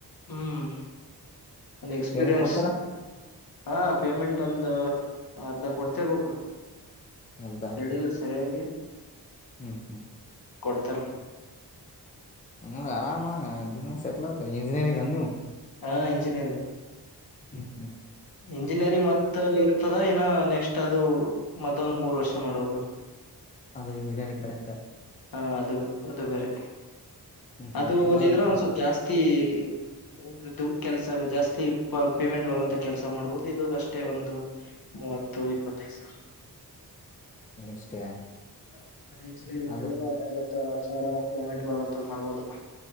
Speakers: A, on the left (about 60°); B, on the left (about 20°).
A: ಹ್ಮ ಒಂದ ಎಕ್ಸ್ಪಿರಿಯನ್ಸ್.
B: ಪೇಮೆಂಟ್ ಕೊಡ್ತಾರ
A: ಹಾ ಪೇಮೆಂಟ್ ಒಂದ ಅರ್ಧ ಕೊಡ್ತಿರ್ಬಕ ಬ್ರೋ.
B: ಅರ್ಧ
A: ಹೇಳಿಲ್ಲ ಸರಿಯಾಗಿ
B: ಹ್ಮ ಹ್ಮ
A: ಕೊಡ್ತಾರ.
B: ಹ್ಮ ಆರಾಮ ಜೀವನ ಸೆಟ್ಲ್ ಆತ ಇಂಜಿನಿಯರಿಂಗ್ ಅನ ನಿವ.
A: ಹ ಇಂಜಿನಿಯರಿಂಗ್
B: ಹ್ಮ ಹ್ಮ
A: ಇಂಜಿನಿಯರಿಂಗ್ ಮತ್ತ ಇರ್ತದ ಇನ್ನ ನೆಕ್ಸ್ಟ್ ಅದು ಮತ್ತೊಂದ ಮೂರ್ ವರ್ಷ ಮಾಡ್ಬೇಕ.
B: ಅದ ಇಂಜಿನಿಯರಿಂಗ್ ಕಡೆಯಿಂದ
A: ಹಾ ಅದು ಅದು ಬೇರೆ
B: ಹ್ಮ್ ಹ್ಮ್
A: ಅದು
B: ಇವಾಗ
A: ಓದಿದ್ರ ಒನ್ ಸಪ್ಪ ಜಾಸ್ತಿ. ಹ ಇದು ಕೆಲ್ಸ ಜಾಸ್ತಿ ಪೇಮೆಂಟ್ ಬರುವಂತ ಕೆಲ್ಸ ಮಾಡ್ಬದು ಇದು ಅಷ್ಟೇ ಒಂದು. ಮೂವತ್ತು ಇಪ್ಪತ್ತದ ಸಾರ
B: ಇಷ್ಟೇ
A: ಹ ಅದ ಇಂಜಿನಿಯರಿಂಗ್
B: ಅದು
A: ಮಾಡ ಐವತ್ತ ಅರವತ್ತ ಸಾವರ ಪೇಮೆಂಟ್ ಬರುವಂತ ಮಾಡ್ಬೋದ.